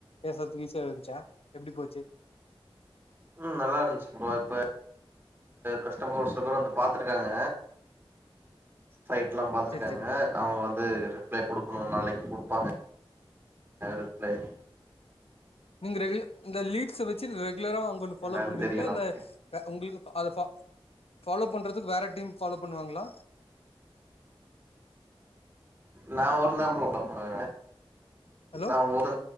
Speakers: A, on the left; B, on the right.
A: பேச ஈசியா இருந்துச்சா எப்டி போச்சு
B: ம் நல்லாருந்துச்சு ப்ரோ இப்ப கஸ்டமர் ஒரு சில பேர் வந்து பாத்துருக்காங்க சைட்ல்லம் பாத்துருக்காங்க
A: சேரி சேரி ப்ரோ
B: அவங்க வந்து இப்ப குடுக்கணு நாளைக்கு குடுப்பாங்க ரிப்ளை
A: நீங்க ரெகு இந்த லீட்ஸா வெச்சி ரெகுலரா ஒன்னு பாலோ
B: என்னன்னு
A: பண்ணுவீங்களா
B: தெரியு
A: இல்ல
B: நமக்கு
A: உங்களுக்கு அத பா ஃபாலோ பண்ணறதுக்கு வேற டீம் ஃபாலோ பண்ணுவாங்களா
B: நா ஒருத்ததா ப்ரோ <unintelligible> பண்ணுவ
A: ஹலோ
B: நா ஒரு